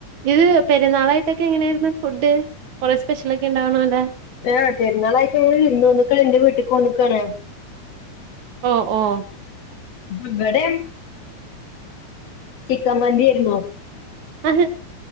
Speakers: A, on the right; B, on the left.
A: ഇത് പെരുന്നാളായിട്ടൊക്കെ എങ്ങനെയായിരുന്നു ഫുഡ് കൊറെ സ്പെഷ്യലൊക്കെ ഉണ്ടാവണല്ലേ
B: ആഹ് പെരുന്നാളായിട്ടെ വിരുന്നോന്നക്കണ് എന്റെ വീട്ടേക്ക് വന്നക്കാണ്
A: ഓഹ് ഓഹ്
B: ഇവിടെ ചിക്കമന്തി ആരുന്നു.
A: ആഹ് -